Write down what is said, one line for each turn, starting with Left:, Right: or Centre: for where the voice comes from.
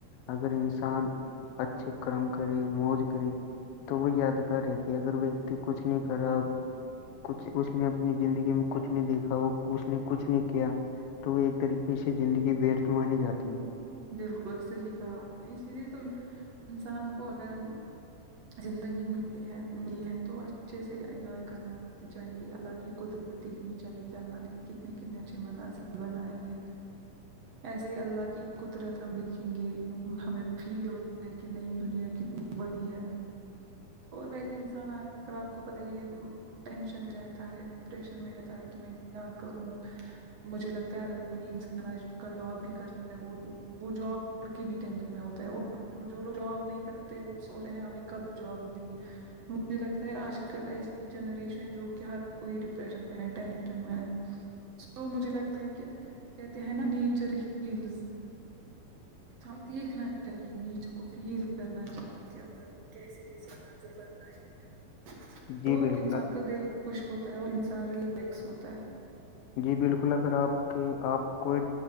Left: اگر انسان اچھے کرم کرے موج کرے تو وہ یادگار رہتی ہے اگر وہ وتی کچھ نہیں کرا کچھ اس نے اپنی زندگی میں کچھ نہیں دیکھا وہ اس نے کچھ نہیں کیا تو ایک طریقے سے زندگی بیرتھ مانی جاتی ہے
Right: بالکل صحیح کہا آپ نے اسی لیے تو انسان کو اگر زندگی م ملی ہے تو اچھے سے انجوائے کرنا چاہیے اللہ کی قدر دیکھنی چاہیے کہ اللہ نے کتنے کتنے اچھے مناظر بنائے ہیں
Left: <unintelligible>
Right: ایسے ہی اللہ کی قدرت ہم دیکھیں گے ہمیں فیل ہو کہ نہیں دنیا کتنی بڑی ہے اور ویسے انسان آگ خ آ کو پت ہے کہ ٹینشن میں رہتا ہے ڈپریشن میں رہتا ہے کہ میں کیا کروں مجھے لگتا ہے اگر کوئی انسان آج کل دحا بھی کر وہ وہ جاب کر کے بھی ٹینشن میں ہوتا ہے وہ جو لوگ جاب نہیں کرتے وہ سوچ رہے ہیں ہمیں کب جاب ملے گی مجھے لگتا ہے آج کل ایسی جنریشن ہے جو کہ ہر کوئی ڈپریشن میں ہے ٹینشن میں ہے سو مجھے لگتا ہے کہ کہتے ہیں نا نیچر ہیلز ہھائی دیکھنا چاہیے نیچ کو فیل کرنا چاہیے کہ اللہ نے کیسے کیسے ناظر بنا ہےا
Left: جی
Right: تو
Left: بالکل
Right: انسان کا دل خوش ہوتا ہے اور انسان ریلیکس ہوتا ہے
Left: جی بالکل اگر آپ کے آپ کوئی